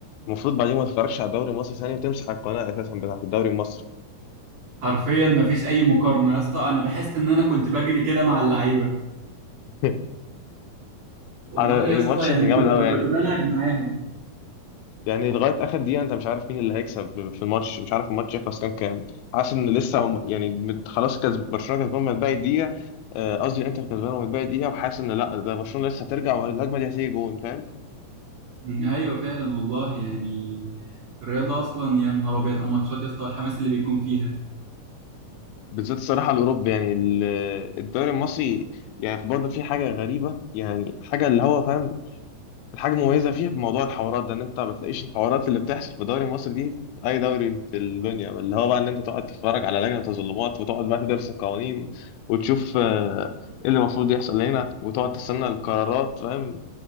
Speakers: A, on the left (about 85°); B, on the right (about 60°).
A: المفروض بعدين ما تتفرجش على الدوري المصري ثاني وتمسح القناه اساسا بتاعت الدوري المصري
B: حرفيا ما فيش اي مقارنة يا اسطى انا بحس ان انا كنت بجري كده مع اللعيبة
A: <laughs>
B: والله
A: على
B: يا
A: إيه،
B: اسطى
A: ماتش
B: يعني
A: كان جامد
B: كنت
A: قوي
B: ب- كنت
A: يعني
B: بنهج معاهم
A: يعني لغايه اخر دقيقه انت مش عارف مين اللي هيكسب في الماتش مش عارف الماتش يخلص كام كام حاسس ان لسه م- يعني مت- خلاص كسب برشلونه كسبان من باقي دقيقه آه، قصدي الانتر كسبان من باقي دقيقه وحاسس ان لا ده برشلونه لسه هترجع والهجمه دي هتيجي جون فاهم
B: مم، ايوه فعلا والله يعني الرياضة اصلا يا نهار ابيض على الماتشات يا اسطى والحماس اللي بيكون فيها
A: بالذات الصراحه الاوروبي يعني ال- الدوري المصري يعني برضه في حاجه غريبه يعني حاجه اللي هو فاهم الحاجة المميزة فيها بموضوع الحوارات ده ان انت ما بتلاقيش الحوارات اللي بتحصل في الدوري المصري دي في اي دوري في الدنيا اللي هو بقى ان انت تقعد تتفرج على لجنة تظلمات وتقعد بقى تدرس القوانين وتشوف آه، ايه اللي المفروض يحصل هنا وتقعد تستنى القرارات فاهم